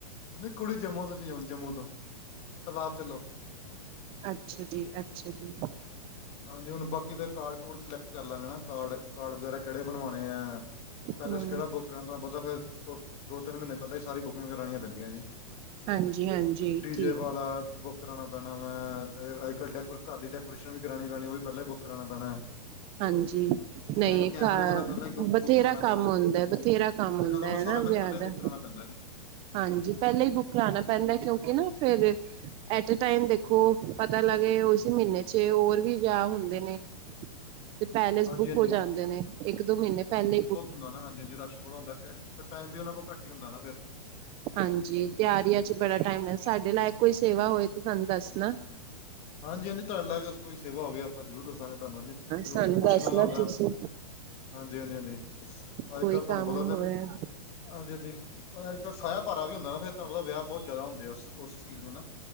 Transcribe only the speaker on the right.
ਅੱਛਾ ਜੀ-ਅੱਛਾ ਜੀ।
ਹੂੰ
ਹਾਂਜੀ ਹਾਂਜੀ
ਠੀਕ
ਹਾਂਜੀ, ਨਹੀਂ
ਬਥੇਰਾ
ਕੰਮ ਹੁੰਦਾ ਬਥੇਰਾ ਕੰਮ
ਹੁੰਦਾ
ਏ
ਨਾ ਵਿਆਹ
ਦਾ।
ਹਾਂਜੀ, ਪਹਿਲਾਂ ਹੀ ਬੁੱਕ ਕਰਾਉਣਾ ਪੈਂਦਾ ਕਿਉਂਕਿ ਨਾ ਫਿਰ ਐਟੇ ਟਾਈਮ ਦੇਖੋ ਪਤਾ ਲੱਗੇ ਉਸੇ ਮਹੀਨੇ ਚ ਹੋਰ ਵੀ ਵਿਆਹ ਹੁੰਦੇ ਨੇ। ਤੇ ਪੈਲੇਸ
ਬੁੱਕ
ਹੋ ਜਾਂਦੇ ਨੇ, ਇੱਕ ਦੋ ਮਹੀਨੇ ਪਹਿਲੇ ਬੁੱਕ
ਹਾਂਜੀ, ਤਿਆਰੀਆਂ ਚ ਬੜਾ ਟਾਈਮ ਐ, ਸਾਡੇ ਲਾਇਕ ਕੋਈ ਸੇਵਾ ਹੋਏ ਤੇ ਸਾਨੂੰ ਦੱਸਣਾ।
ਸਾਨੂੰ
ਦੱਸਣਾ
ਤੁਸੀਂ
ਕੋਈ
ਕੰਮ
ਹੋਇਆ